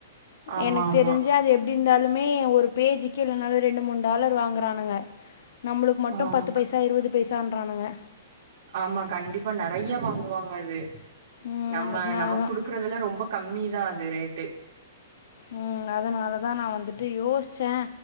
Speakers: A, on the right; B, on the left.
A: ஆமா
B: எனக்கு
A: ஆமா
B: தெரிஞ்சி அது எப் ப்டிருந்தாலுமே ஒரு பேஜிக்கு இல்லனா ரெண்டு மூணு டாலர் வாங்கறானுங்க நம்மளுக்கு மட்டு
A: ஆமா
B: பத்து பைசா இருவது பைசான்றானுங்க
A: ஆமா கண்டிப்பா நறைய வாங்குவாங்க அது
B: ம்
A: நம்ம
B: அதனால
A: நமக்
B: தா
A: குடுக்கறதுல ரொம்ப கம்மி தா அது ரேட்டு
B: ம் அதனால தா நா வந்துட்டு யோசிச்சே